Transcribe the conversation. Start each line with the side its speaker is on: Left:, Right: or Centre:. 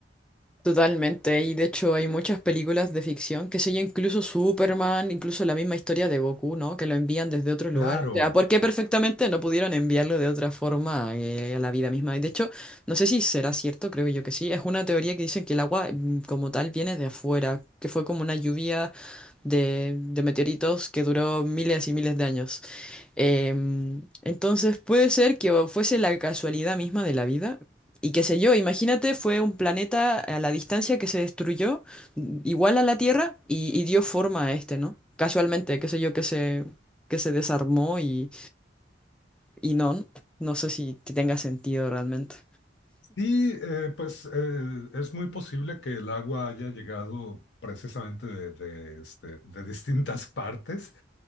Centre: Totalmente, y de hecho hay muchas películas de ficción, que sé yo, incluso Superman, incluso la misma historia de Goku, ¿no? Que lo envían desde otro lugar.
Left: Claro.
Centre: O sea, ¿por qué perfectamente no pudieron enviarlo de otra forma eh, a la vida misma? Y de hecho, no sé si será cierto, creo yo que sí. Es una teoría que dicen que el agua mm, como tal viene de afuera, que fue como una lluvia de, de meteoritos que duró miles y miles de años. Em, entonces puede ser que o fuese la casualidad misma de la vida. Y qué sé yo, imagínate, fue un planeta a la distancia que se destruyó, mm, igual a la Tierra, y, y dio forma a este, ¿no? Casualmente, qué sé yo, que se, que se desarmó y, y no, no sé si te- tenga sentido realmente.
Left: Sí, eh, pues eh, es muy posible que el agua haya llegado precisamente de, de, este, de distintas partes.